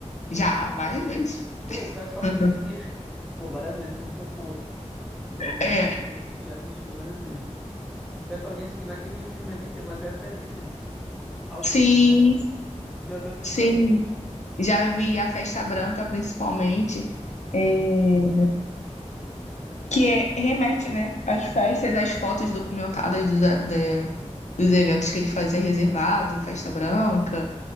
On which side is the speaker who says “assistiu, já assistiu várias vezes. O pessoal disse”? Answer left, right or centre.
Centre